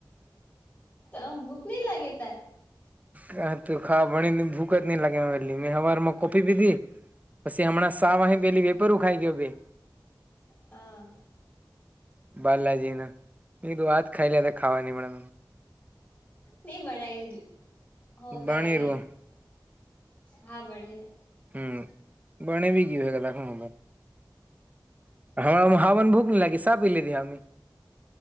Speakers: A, on the left; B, on the right.
A: તન ભૂખ ન લાગે તન
B: હા તું ખા ભણી ને ભૂખ જ ની લાગેેલી એટલી, મેં હવારમાં કોફી પીધી પછી હમણાં ચાહ વાહે પેલી વેફર ઓ ખાઈ ગયો ભ
A: હા
B: બાલાજી ના ની તું આજ ખાઈ લે રે ખાવાની મડે
A: ની બણાય હજુ, હો કર
B: બણી
A: ને,
B: રું
A: હા ભણે ને
B: હ બને બી કીધેલા <unintelligible> હવારમાં હાવન ભૂખ લાગે સાપી લીધી હમી